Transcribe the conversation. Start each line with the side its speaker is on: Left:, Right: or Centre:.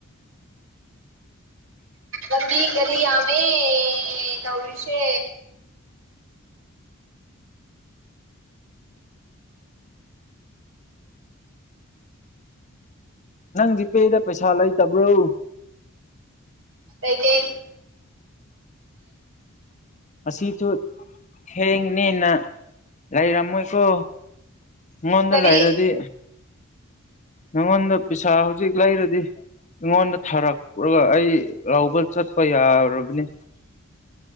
Right: ꯂꯝꯕꯤꯤ ꯔꯤ ꯌꯥꯃꯦ ꯅꯧꯔꯤꯁꯦ
Left: ꯅꯪꯗꯤ ꯄꯦꯗ ꯄꯩꯁꯥ ꯂꯩꯇꯕ꯭ꯔꯣ
Right: ꯩ
Left: ꯑꯁꯤꯁꯨ ꯊꯦꯡꯅꯤꯅ ꯂꯩꯔꯝꯃꯣꯏꯀꯣ ꯃꯗ
Right: ꯀꯔꯤ
Left: ꯂꯩꯥꯏꯔꯗꯤ ꯅꯪꯉꯣꯟꯗ ꯄꯩꯁꯥ ꯍꯧꯖꯤꯛ ꯂꯩꯔꯗꯤ ꯑꯩꯉꯣꯟꯗ ꯊꯥꯔꯛꯄꯒ ꯑꯩ ꯂꯧꯕ ꯆꯠꯄ ꯌꯥꯔꯕꯅꯤ